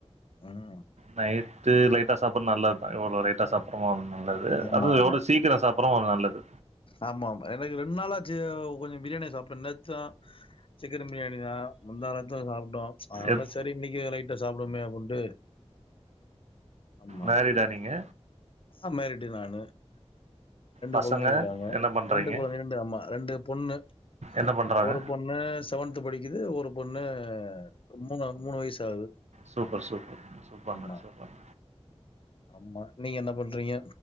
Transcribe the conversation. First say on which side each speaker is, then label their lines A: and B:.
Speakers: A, on the left; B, on the right.
A: ம்
B: நைட்டு லைட்டா சாப்பற நல்லதா எவ்ளோ லேட்டா சாப் அப்பறமா நல்லது
A: ஆமா
B: அதுவு
A: ஆமா
B: எவ்ளோ சீக்கிரோ சாப்டுறோ நல்லது
A: ஆமா ஆமா எனக்கு ரெண்டு நாளாச்சு கொஞ்சோ பிரியாணிய சாப்ட்ன் நேத்தா சிக்கன் பிரியாணி தா முந்தாநேத்தும் சாப்ட்டோ அதனால
B: எப்
A: சரி இன்னைக்கு லைட்டா சாப்டுவோமே அப்டின்ட்டு ஆமா
B: மேரிடா நீங்க
A: <unintelligible> ஏறிட்டேன் நானு ரெண்டு
B: பசங்க
A: கொழந்தைங்க இருக்காங்க
B: என்ன பண்றீங்க
A: ரெண்டு கொழந்தை ரெண்டு அம்மா ரெண்டு பொண்ணு
B: என்ன பண்றாங்க
A: ஒரு பொண் ணு செவன்த்து படிக்குது ஒரு பொண்ணு மூணு மூணு வயசு ஆகுது
B: சூப்பர் சூப்பர் சூப்பர்ங்க
A: ஆமா,
B: சூப்பர்
A: ஆமா நீங்க என்ன பண்றீங்க